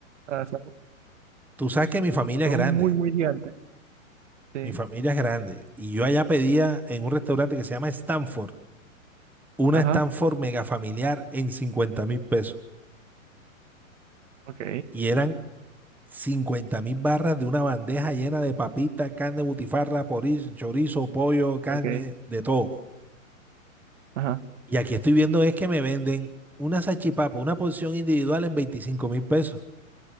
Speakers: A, on the right (about 60°); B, in the centre.
A: Ah, son,
B: Tú sabes que mi familia
A: son
B: es grande.
A: muy, muy gigantes. Sí,
B: Mi familia es grande y yo allá pedía en un restaurante que se llama Stanford, una
A: ajá,
B: Stanford mega familiar en cincuenta mil pesos.
A: ok,
B: Y eran cincuenta mil barras de una bandeja llena de papita, carne, butifarra, poris- chorizo, pollo, carne,
A: ok,
B: de todo.
A: ajá,
B: Y aquí estoy viendo es que me venden una salchipapa, una porción individual en veinticinco mil pesos.